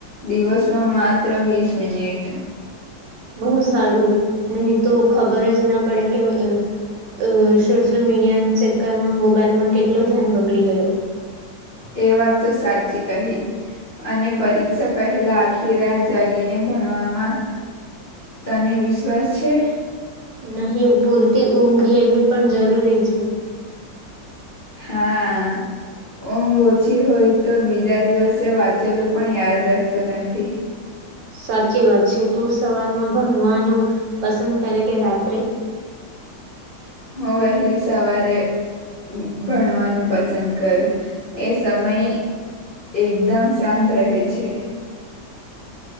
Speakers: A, on the left; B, on the right.
A: દિવસમાં માત્ર વીસ મિનિટ.
B: બહુ સારું નહી તો ખબર જ ના પડે કે અ સોશિયલ મીડિયાના ચક્કરમાં મોબાઈલમાં કેટલો ધ્યાન પકડી ગયો.
A: એ વાત તો સાચી કહી. અને પરીક્ષા પહેલા આખી રાત જાગીને ભણવામાં તને વિશ્વાસ છે.
B: નહીં પૂરતી ઊંઘ લેવી પણ જરૂરી છે.
A: હા. ઊંઘ ઓછી હોય તો બીજા દિવસે વાંચેલું પણ યાદ રહેતું નથી.
B: સાચી વાત છે તું સવારમાં ભણવાનું પસંદ કરે કે રાત્રે.
A: હું વહેલી સવારે ભણવાનું પસંદ કરું એ સમય એકદમ શાંત રહેે છે.